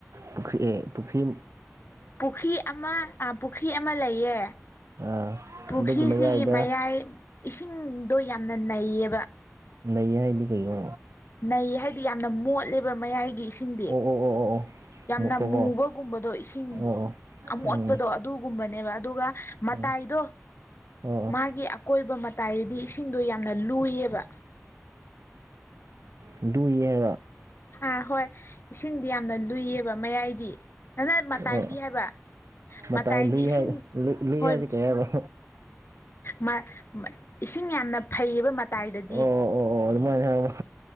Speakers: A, on the right; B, on the left.
A: ꯄꯨꯈ꯭ꯔꯤ ꯄꯨꯈ꯭ꯔꯤ
B: ꯄꯨꯈꯤ ꯑꯃ ꯄꯨꯈꯤ ꯑꯃ ꯂꯩꯌꯦ
A: ꯑꯥ
B: ꯄꯨꯈꯤꯁꯤꯒꯤ
A: ꯑꯗꯨꯒꯤ ꯃꯌꯥꯏꯗ
B: ꯃꯌꯥꯏ ꯏꯁꯤꯡꯗꯣ ꯌꯥꯝꯅ ꯅꯩꯌꯦꯕ
A: ꯅꯩꯌꯦ ꯍꯥꯏꯗꯤ ꯀꯩꯔꯣ
B: ꯅꯩ ꯍꯥꯏꯗꯤ ꯌꯥꯝꯅ ꯃꯣꯠꯂꯦꯕ ꯃꯌꯥꯏꯒꯤ ꯏꯁꯤꯡꯗꯤ
A: ꯑꯣ ꯑꯣ ꯑꯣ ꯑꯣ ꯑꯣ
B: ꯌꯥꯝꯅ
A: ꯃꯨꯛꯄꯀꯣ
B: ꯃꯨꯕꯒꯨꯝꯕꯗꯣ ꯏꯁꯤꯡ
A: ꯑꯣ ꯑꯣ
B: ꯑꯃꯣꯠ
A: ꯎꯝ
B: ꯄꯗꯣ ꯑꯗꯨꯒꯨꯝꯕꯅꯦꯕ ꯑꯗꯨꯒ ꯃꯇꯥꯏꯗꯣ
A: ꯎꯝ ꯑꯣ ꯑꯣ
B: ꯃꯥꯒꯤ ꯑꯀꯣꯏꯕ ꯃꯇꯥꯏꯗꯤ ꯏꯁꯤꯡꯗꯣ ꯌꯥꯝꯅ ꯂꯨꯏꯌꯦꯕ
A: ꯂꯨꯏꯌꯦ
B: ꯑꯥ ꯍꯣꯏ ꯏꯁꯤꯡꯗꯤ ꯌꯥꯝꯅ ꯂꯨꯏꯌꯦꯕ ꯃꯌꯥꯏꯒꯤ ꯅꯅ ꯃꯇꯥꯏꯗꯤ
A: ꯑꯣ
B: ꯍꯥꯏꯕ
A: ꯃꯇꯥꯏ
B: ꯃꯇꯥꯏꯗꯤ
A: ꯂꯨꯏ
B: ꯏꯁꯤꯡ
A: ꯍꯥꯏ ꯂꯨꯏ
B: ꯍꯣꯏ
A: ꯍꯥꯏꯁꯦ ꯀꯩ ꯍꯥꯏꯕ꯭ꯔꯣ
B: ꯃ ꯃ ꯏꯁꯤꯡ ꯌꯥꯝꯅ ꯐꯩꯌꯦꯕ ꯃꯇꯥꯏꯗꯗꯤ
A: ꯑꯣ ꯑꯣ ꯑꯣ ꯑꯗꯨꯃꯥꯏꯅ ꯍꯥꯏꯕ